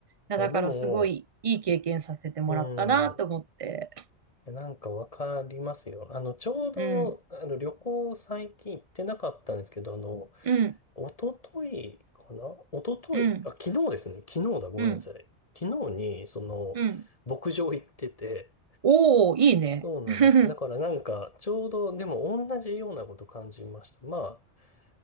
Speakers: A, on the right; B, on the left.
A: いやだからすごいいい経験させてもらったなと思って。
B: や、でも、うん。いやなんかわかりますよ。あの、ちょうど、
A: うん。
B: あの、旅行最近行ってなかったんですけど、あの、
A: うん、
B: 一昨日かな一昨日あ、
A: うん、
B: 昨日ですね。昨日だ。ごめんなさい。
A: うん、
B: 昨日に、その、
A: うん。
B: 牧場行ってて、
A: おー、いいね。
B: そうなんです。
A: <laughs>
B: だからなんか、ちょうどでも同じようなこと感じました。まあ、